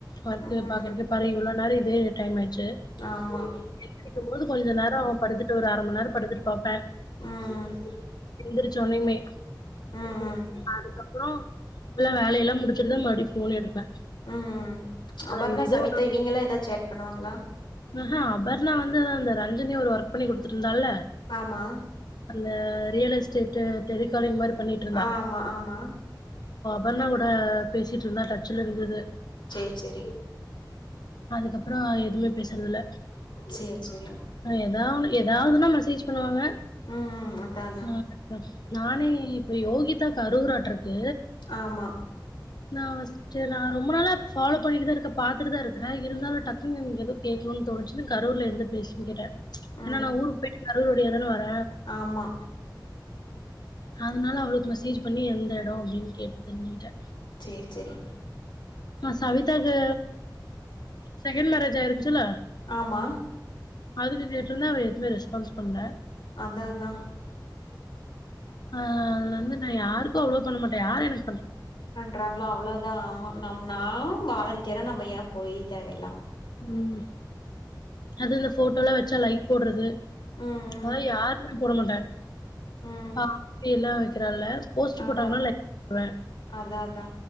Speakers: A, on the left; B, on the left.
A: ஒர்க்கு
B: ம்
A: பாக்குறது பாரு இவ்ளோ நேரோ இதே டைம் ஆய்டுச்சு
B: ஆமா
A: <unintelligible> போது கொஞ்ச நேரோ படுத்துட்டு ஒரு அர மண் நேரோ படுத்துட்டு பாப்பே
B: ம்
A: எந்திரு சொன்னியுமே
B: ம் ம்
A: அதுக்கப்றோ எல்லா வேலயெல்லா முடிச்சுட்டுதா மறுடி ஃபோன் எடுப்பே
B: ம் அபர்ணா
A: நா இந்த இது
B: சவித்தா இவிங்கெல்லா ஏதா சேட் பண்ணுவாங்களா
A: ஆஹா அபர்ணா வந்து அந்த ரஞ்சனி ஒரு ஒர்க் பண்ணி கொடுத்துட்டு இருந்தால்ல
B: ஆமா
A: அந்த ரியல் எஸ்டேட்டு டெலிக்காலி்ங் மாரி பண்ணிட்டு
B: ஆ ஆமா ஆமா
A: பர்ணா கூட பேசிட் ட்ருந்தா டச்ல இருந்துது
B: சேரி சேரி
A: அதுக்கப்றோ எதுமே ல்ல
B: சேரி சேரி
A: ஏதாவொன்னு ஏதாவ் துனா மெசேஜ் பண்ணுவாங்க
B: ம் ம் அதா அதா
A: நா க்ரஸ் நானே இப்ப யோகிதா கரூராட்ருக் க்கு
B: ஆமா
A: நா சே நா ரொம்பளால ஃபாலோ பண்ணிட்டுதா இருக்கே பாத்துட்டுதா இருக்றே இருந்தாலு டக்குன்னு எதோ கேக்கணுன் தோணுச்சு கரூர்ல எந்த ப்லேஸ்னு கேட்டே
B: ம்
A: என்னா நா ஊருக்கு போய் கரூர் வழியா தானே வர
B: ஆமா
A: அதனால அவளுக்கு மெசேஜ் பண்ணி எந்த எடம் அப்படின்னு கேட்டு தெரிஞ்சுக்கிட்டே
B: சேரி சேரி
A: ஆ சவிதாக்கு செகண்ட் மேரேஜ் ஆயிருந்துச்சுல
B: ஆமா
A: அதுக்கு கேட்டிருந்தா அவ எதுவுமே ரெஸ்பான்ஸ் பண்ல
B: அதா அதா
A: ஆ அது வந்து நா யாருக்கு அவ்வளோ பண்ணமாட்டே யாரு எனக்
B: பண்றாங்களோ அவ்வளோதா ஆமா நம் நா வாலண்டியரா நம்ம ஏ போய் தேவ இல்லாம
A: ம் அது இந்த போட்டோல்லா வச்சா லைக் போடுறது
B: ம் ம்
A: ஆ யார் போட மாட்டே
B: ம்
A: பா எல்லா வைக்கிறால போஸ்ட்
B: ஆமா
A: போட்டாங்கன்னா லைக் பண்ணுவே
B: அதா அதா